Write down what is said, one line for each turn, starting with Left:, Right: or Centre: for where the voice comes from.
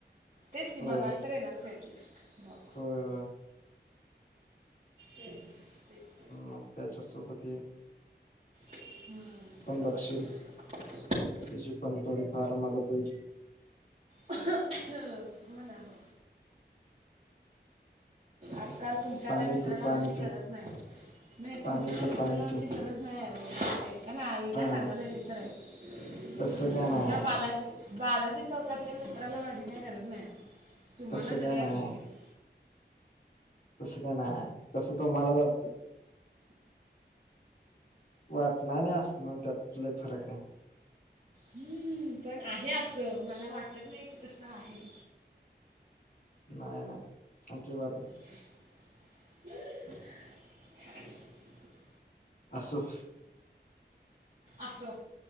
Right: तेच की
Left: होय
Right: बघायला तर येणार की एटलिस्ट मग
Left: होय हो
Right: तेच तेच
Left: मग त्याच्यासोबत येऊ?
Right: हम्म तस
Left: बघशील
Right: कर.
Left: तुझी पण थोडी फार मदत होईल.
Right: हो ना हो. आजकाल तुमच्या
Left: पाणी
Right: त्या मित्राला
Left: पी पाणी
Right: आमची
Left: पी
Right: गरज नाही नाही
Left: पाणी
Right: तुमच्या त्या
Left: पी
Right: मित्राला
Left: पाणी
Right: आमची
Left: पी
Right: गरज नाही आहे ओ. ऐका ना आम्ही काय
Left: हा
Right: सांगायलो ते तर ऐक
Left: तसं काय
Right: तुमच्या
Left: नाय
Right: बालाजी बालाजी चौकातल्या मित्राला माझी काही गरज नाही. तुम्हाला
Left: तसं
Right: जरी
Left: काय
Right: असली
Left: नाय
Right: तरी.
Left: तस का नाही तसं तुम्हालाच वाटतं. वाटणं आणि असणं त्यात लई फरक आहे.
Right: हम्म पण आहे आस मला वाटत नाही ते तसं आहे.
Left: नाय नाय अजिबात नाय.
Right: <unintelligible>
Left: असो.
Right: असो